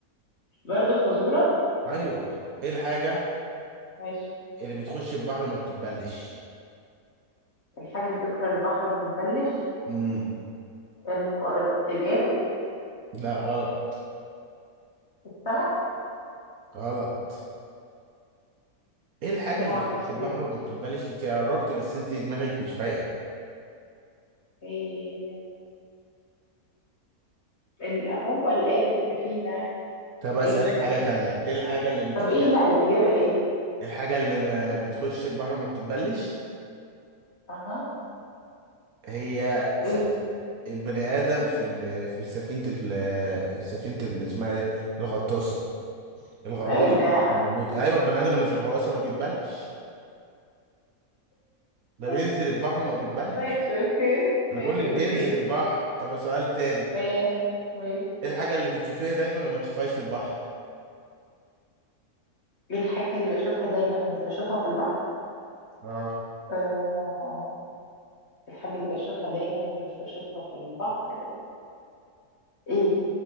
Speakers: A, on the left; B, on the right.
A: برضه فزورة
B: ايوه ايه الحاجه
A: ماشي
B: اللي بتخش البحر وما بتتبلش
A: الحاجة اللي تدخل البحر ما تتبلش
B: امم
A: الق... ال- القارب
B: لا غلط
A: السمك
B: غلط ايه الحاجه
A: امال
B: اللي بتخش البحر
A: ايه
B: وما بتتبلش انت قربتي بس انت دماغك مش فايقه
A: إيه، ال... هو القارب سفينة
B: طب اسالك
A: ايه
B: حاجه تانية ايه الحاجه اللي بتشوفيها
A: طب ايه لا الإجابة ايه
B: الحاجه اللي ما بتخش البحر وما بتتبلش
A: اها
B: هي سف...
A: ايه
B: البني ادم في ال... في سفينه ال... سفينه ال... اسمها دي الغطاسه الغواص
A: ايه ده
B: موجود ايوه البني ادم اللي في الغواصه ما بيتبلش ده بينزل
A: إيه؟
B: البحر وما بيتبلش
A: ماشي اوكي ماشي
B: انا بقول لك بينزل
A: اوكي
B: البحر طب سؤال تاني
A: ماشي ماشي
B: ايه الحاجه اللي بتشوفيها دايما وما تشوفهاش في البحر
A: ايه الحاجة اللي بشوفها دايما ومش بشوفها في البحر
B: اه
A: آه... الحاجة اللي بشوفها دايما ومش بشوفها في البحر ايه